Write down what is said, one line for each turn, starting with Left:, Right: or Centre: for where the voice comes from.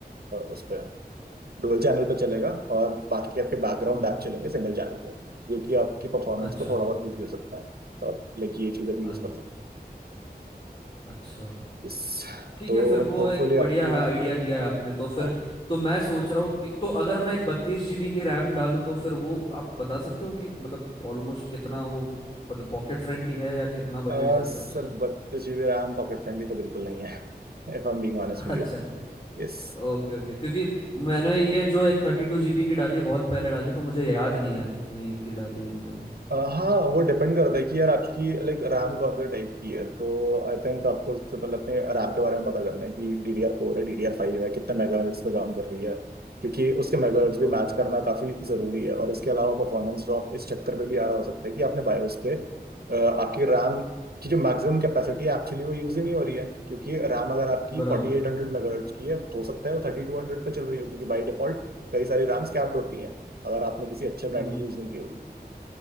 Right: उस पर डुअल चैनल पे चलेगा और बाकी के आपके बैकग्राउंड
Left: हम्म हम्म,
Right: ऐप चलेंगे सिंगल चैनल पे जो कि आपकी परफॉर्मेंस
Left: अच्छा
Right: को थोड़ा बहुत बूस्ट दे सकता है तो आप लाइक ये चीज़ अभी
Left: अ-
Right: यूज कर सकते हैं
Left: अच्छा
Right: Yes.
Left: ठीक
Right: तो
Left: है फिर वो
Right: होपफुली
Left: एक बढ़िया
Right: आपकी
Left: है आइडिया दिया है आपने तो फिर
Right: हाँ
Left: तो मैं सोच रहा हूँ कि तो अगर मैं एक बत्तीस जीबी की रैम डालूँ तो फिर वो आप बता सकते हो कि मतलब ऑलमोस्ट कितना वो मतलब पॉकेट फ्रेंडली है या कितना बजट
Right: आ,
Left: जाता
Right: Sir
Left: है उसका
Right: बत्तीस जीबी RAM pocket friendly तो बिल्कुल नहीं है <laughs> if I am being honest
Left: <laughs>
Right: with
Left: अच्छा
Right: you Yes
Left: ओके ओके क्योंकि मैंने ये जो एक थर्टी टू जीबी की डाली है बहुत पहले डाली है, तो मुझे याद नहीं यार कितनी की डाली है मैंने वो
Right: अ, हाँ वो डिपेंड करता है कि यार आपकी लाइक रैम कौन से टाइप की है तो आई थिंक आपको सबसे पहले अपने रैम के बारे में पता करना है कि डी डी आर फोर है डी डी आर फाइव है कितने मेगाहर्ट्ज पे काम कर रही है क्योंकि उसके मेगाहर्ट्ज भी
Left: ओके
Right: मैच करना काफी जरूरी है और इसके अलावा परफॉर्मेंस ड्रॉप इस चक्कर पे भी आ रहा हो सकता है कि आपने बायोस पे अ, आपकी रैम की जो मैक्सिमम कैपेसिटी है एक्चुअली वो यूज ही नहीं हो रही है क्योंकि रैम अगर आपकी
Left: बराबर
Right: फोर्टी एट हंड्रेड मेगाहर्ट्ज की है हो सकता है वो थर्टी टू हंड्रेड पे चल रही हो क्योंकि बाई डिफॉल्ट कई सारी रैम्स कैप्ड होती हैं अगर आपने किसी अच्छे ब्रांड
Left: हम्म हम्म,
Right: की यूज नहीं की होगी